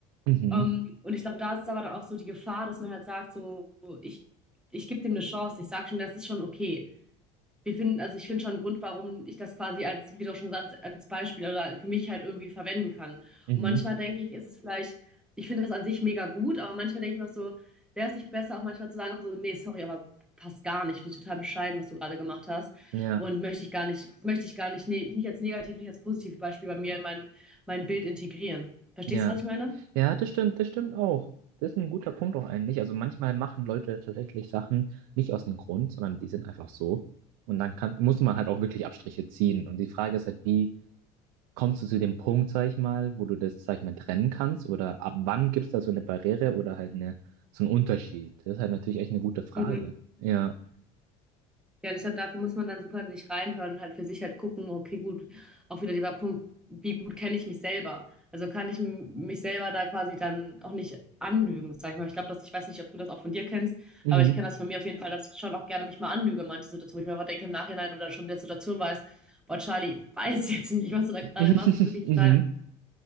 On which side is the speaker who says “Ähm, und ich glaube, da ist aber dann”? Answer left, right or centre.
Centre